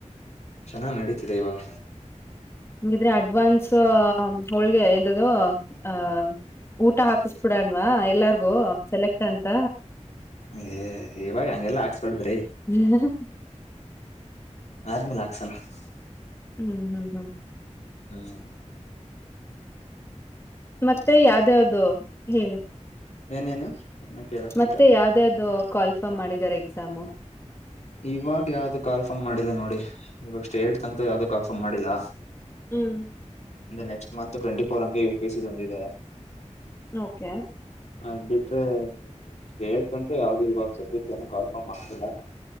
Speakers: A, on the left (about 65°); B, on the left (about 20°).
A: ಚೆನ್ನಾಗ ನಡೀತಿದೆ ಇವಾಗ
B: ಹಗಿದ್ರೆ ಅಡ್ವಾನ್ಸ್ ಹೋಳ್ಗೆ ಎದು <inaudible> ಆ ಊಟ ಹಾಕಸ್ಬಿಡನ್ವಾ ಎಲ್ಲಾರ್ಗೂ ಸೆಲೆಕ್ಟ್ ಅಂತ
A: ಏ ಇವಾಗ ಹಂಗೆಲ್ಲ ಹಾಕ್ಸ್ಬಡದ್ರಿ
B: ಹ್ಮ್
A: ಆದ್ಮೇಲೆ ಹಕ್ಸನ <unintelligible>
B: ಹ್ಮ್ ಹ್ಮ್ ಹ್ಮ್
A: ಹ್ಮ್.
B: ಮತ್ತೆ ಯಾವ್ದ ಯಾವ್ದು ಹೇಳು
A: ಏನೇನು. ಏನ ಕೇಳಕ್ ಬಂದ್ರ
B: ಮತ್ತೆ ಯಾವ್ದ್ದು ಕಾಲ್ಫಾರ್ಮ್ ಮಾಡಿದಿದ್ದಾರೆ ಎಕ್ಸಾಮ್
A: ಇವಾಗ ಯಾವ್ದು ಕಾಲ್ಫಾರ್ಮ್ ಮಾಡಿಲ್ಲ ನೋಡಿ ಇವಾಗ ಸ್ಟೇಟ್ <unintelligible> ಅಂತೂ ಯಾವ್ದು ಕಾಲ್ಫಾರ್ಮ್ ಮಾಡಿಲ್ಲಾ
B: ಹ್ಮ್
A: ನೆಕ್ಸ್ಟ್ ಮಂತ್ ಟ್ವ್ಂಟಿ ಫೋರ್ ಅಂಗೆ ಯು ಪಿ ಸಿ ಒಂದಿದೆ
B: ಓಕೆ.
A: ಅದ್ ಬಿಟ್ರೆ. ಹೇಳ್ತಂತೆ ಯಾವ್ದು ಇವಾಗ ಸದ್ಯಕ್ಕೆ ಏನು ಕಾಲ್ ರ್ಪಮ್ ಮಾಡಿಲ್ಲ.